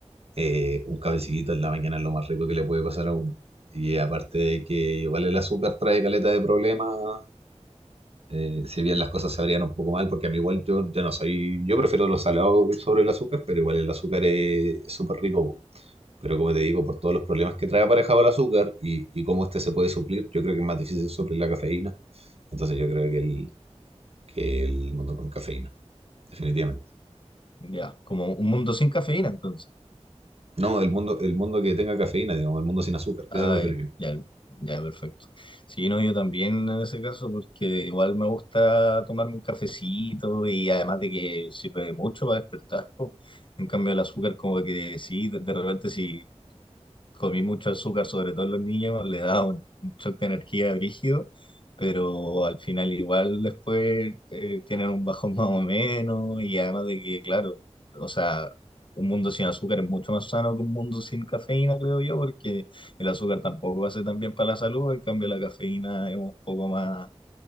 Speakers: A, on the right (about 60°); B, on the left (about 45°).
A: eh, un cafecito en la mañana es lo más rico que le puede pasar a uno. Y aparte de que igual el azúcar trae caleta de problemas, eh, si bien las cosas sabrían un poco mal, porque a mí igual yo, yo no soy, yo prefiero los salados sobre el azúcar, pero igual el azúcar es es súper rico. po. Pero como te digo, por todos los problemas que trae aparejado el azúcar y, y cómo este se puede suplir, yo creo que es más difícil suplir la cafeína. Entonces yo creo que el, que el mundo con cafeína, definitivamente.
B: Ya, como un mundo sin cafeína, entonces.
A: No, el mundo, el mundo que tenga cafeína, digamos, el mundo sin azúcar,
B: Ah,
A: ese prefiero
B: ya,
A: yo.
B: ya, ya, perfecto. Sí, no, yo también en ese caso, porque igual me gusta tomarme un cafecito y además de que sirve mucho para despertar, po. En cambio, el azúcar, como que sí, de, de repente, si comí mucho azúcar, sobre todo en los niños, le da un, un shock de energía brígido, pero al final igual después eh, tienen un bajón <laughs> más o menos y además de que, claro, o sea, un mundo sin azúcar es mucho más sano que un mundo sin cafeína, creo yo, porque el azúcar tampoco hace tan bien para la salud, en cambio la cafeína es un poco más